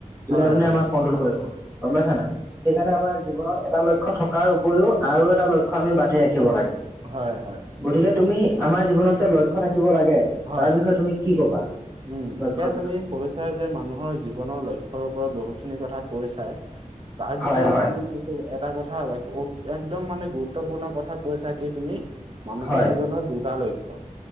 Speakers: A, on the right; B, on the right.
A: যোনে
B: হয়,
A: তোনে
B: হয়,
A: আমাক কণ্ট্ৰল কৰিব গম পাইছা নাই সেইকাৰণে আমাৰ জীৱনত এটা লক্ষ্য থকাৰ উপৰিও আৰু এটা লক্ষ্য আমি বান্ধি ৰাখিব লাগে।
B: হয় হয়।
A: গতিকে তুমি আমাৰ জীৱনত যে লক্ষ্য থাকিব লাগে
B: হয়,
A: তাৰ বিষয়ে তুমি কি ক'বা?
B: উম,
A: লক্ষ্যৰ
B: এতিয়া
A: বিষয়ে?
B: তুমি কৈছা যে মানুহৰ জীৱনৰ লক্ষ্যৰ ওপৰত বহু খিনি কথা কৈছা। তাৰ ভিতৰত
A: হয় হয়
B: তুমি এটা কথা একদম মানে গুৰুত্বপূৰ্ণ কথা কৈছা কি তুমি মানুহৰ
A: হয়
B: জীৱনৰ দুটা লক্ষ্য।